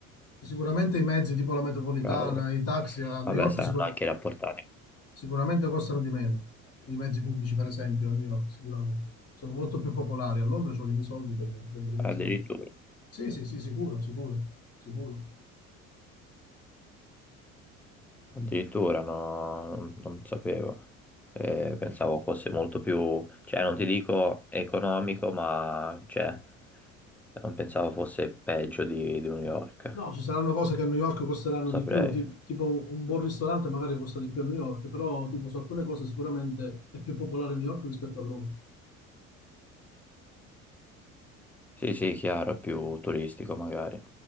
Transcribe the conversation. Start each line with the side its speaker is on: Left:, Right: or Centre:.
Left: Sicuramente i mezzi tipo la metropolitana,
Centre: cavolo.
Left: i taxi a New
Centre: Vabbè,
Left: York,
Centre: saranno
Left: sicur-
Centre: anche rapportati,
Left: Sicuramente costano di meno. I mezzi pubblici, per esempio, a New York, sicuramente. Sono molto più popolari. A Londra ci vogliono i soldi per prendere i
Centre: addirittura,
Left: mezzi pubblici. Sì, sì, sì, sicuro, sicuro, sicuro.
Centre: addirittura no, non, non sapevo. Eh, pensavo fosse molto più, cioè non ti dico economico, ma c'è. Non pensavo fosse peggio di, di New York, non
Left: No, ci saranno cose che a New York costeranno
Centre: saprei.
Left: di più, ti- tipo un, un buon ristorante magari costa di più a New York, però tipo su alcune cose sicuramente è più popolare a New York rispetto a Londra.
Centre: Sì, sì, chiaro, è più turistico magari. Eh.